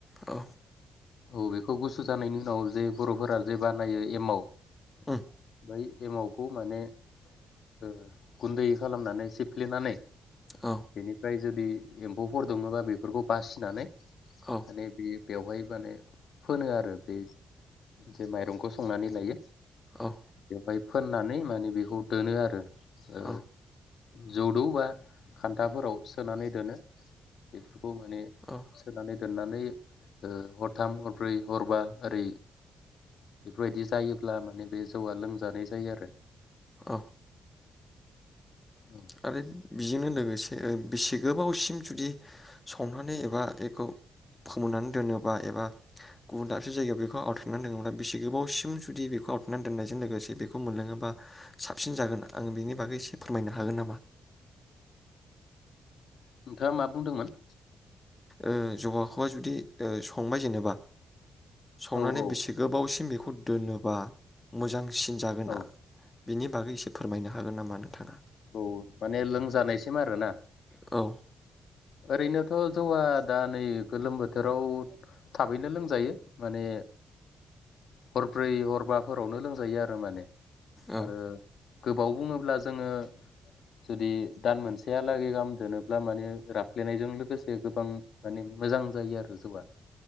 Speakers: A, on the left; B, on the left.
A: औ।
B: औ बेखौ गुसु जानायनि उनाव जे बर'फोरा जे बानायो एमाव
A: उम।
B: बै एमावखौ माने ओ गुन्दै खालामनानै सिफ्लेनानै
A: औ
B: बेनिफ्राय जुदि बे एम्फौफोर दङोबा बेफोरखौ बासिनानै
A: औ
B: आरो बे बेवहाय माने फोनो आरो बे जे माइरंखौ संनानै लायो।
A: औ।
B: बाय फोननानै माने बेखौ दोनो आरो। ओ
A: औ
B: जौदौ बा खान्थाफोराव सोनानै दोनो बे खौ माने
A: औ
B: सोनानै दोननानै ओ हरथाम हरब्रै हरबा ओरै बेफोरबायदि जायोब्ला माने बे जौआ लोंजानाय जायो आरो।
A: औ।
B: औ
A: आरो बेजोंनो लोगोसे बेसे गोबावसिम जुदि संनानै एबा बेखौ फोमोननानै दोनो बा एबा गुबुन दाबसे जायगायाव बेखौ आवथारनानै दोनङोब्ला बेसे गोबावसिम जुदि बेखौ आवथारनानै दोननायजों लोगोसे बेखौ मोनलोङोबा साबसिन जागोन आं बेनि बागै एसे फोरमायना हागोन नामा?
B: नोंथाङा मा बुंदोंमोन?
A: ओ जौबाहाखौहाय जुदि ओ संबाय जेनेबा सावनानै
B: औ औ
A: बेसे गोबावसिम बेखौ दोनोबा मोजां सिनजागोना
B: औ
A: बिनि बागै एसे फोरमायनो हागोन नामा नोंथाङा?
B: औ माने लोंजानायसिम आरोना।
A: औ।
B: ओरैनोथ' जौआ दा नै गोलोम बोथोराव थाबैनो लोंजायो माने हरब्रै हरबाफोरावनो लोंजायो आरो माने
A: औ
B: आरो गोबाव बुङोब्ला जोङो जुदि दान मोनसेयालागै गाहाम दोनोब्ला माने राफ ग्लेनायजों लोगोसे गोबां माने मोजां जायो आरो जौआ।